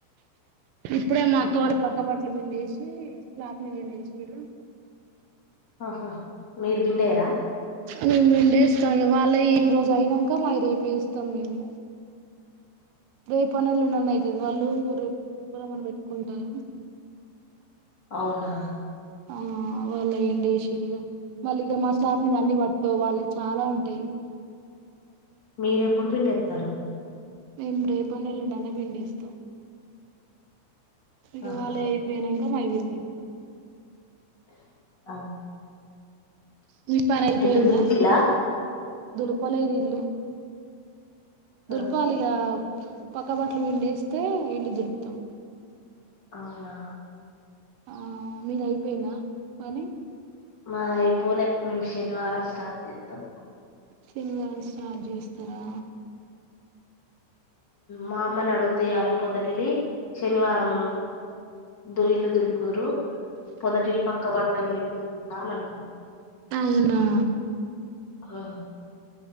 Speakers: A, on the right; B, on the left.
A: ఇప్పుడే మా
B: అవునా
A: అక్క వాళ్ళ పక్క బట్టలు పిండే. సి స్లప్ మీదెండేషిరు.
B: ఆహా మీర్ బిండేయరా.
A: మేం పిండేస్తాం. ఇగా వాళ్ళ ఈ రోజు అయిన్నాంక మా రేపు ఏస్తాం మేము. రేపన్న ఏలుండన్న అయితది. వాళ్ళు రేప్ ఉప్పలమని పెట్టుకుంటారు.
B: అవునా
A: ఆహ్ వాళ్ళ ఏంగేసిరిగా. మళ్ళీ ఇగ మా స్లప్ మీద అన్ని పట్టవ్ వాళ్ళ చాలా ఉంటాయి.
B: మీరెప్పుడు బిండి ఏత్తరు.
A: మేము రేపన్న ఎల్లుండన్న పిడేస్తాం. ఇగ
B: ఆహా
A: వాళ్ళ అయిపోయినై. అై వెంది <unintelligible>
B: ఆ
A: మీ పని అయిపోయిందా
B: ఇల్లు దులిపిల్లా
A: దులుపలేదిల్లు
B: ఆ
A: దుల్పాలిగా పక్క బట్లు పిండేస్తే ఇల్లు దులుపుతాం
B: అవునా
A: ఆ మీది అయిపోయిందా పనీ
B: మాదయిపోలే మేం శనివారం స్టార్ట్ జేతం
A: శనివారం స్టార్ట్ చేస్తరా
B: మా అమ్మని అడుగుతా ఇయాల పొద్దటిలి శనివారం దు ఇల్లు దులుపుదురు పొదటిల్ పక్కబట్టలు <inaudible> వెళ్ళ వింటాలు అలా
A: అవునా
B: ఆ